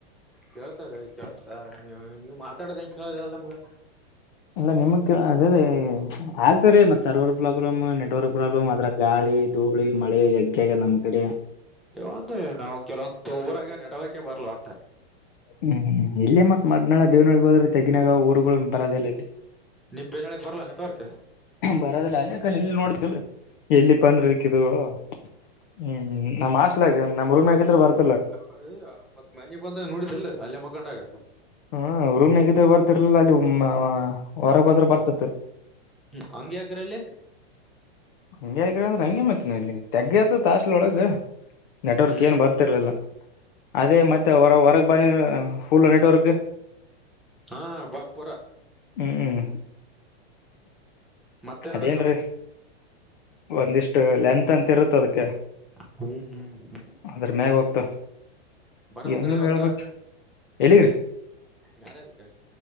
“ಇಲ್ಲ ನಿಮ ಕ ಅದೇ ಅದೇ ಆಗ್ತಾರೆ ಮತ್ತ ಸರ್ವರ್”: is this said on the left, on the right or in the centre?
Left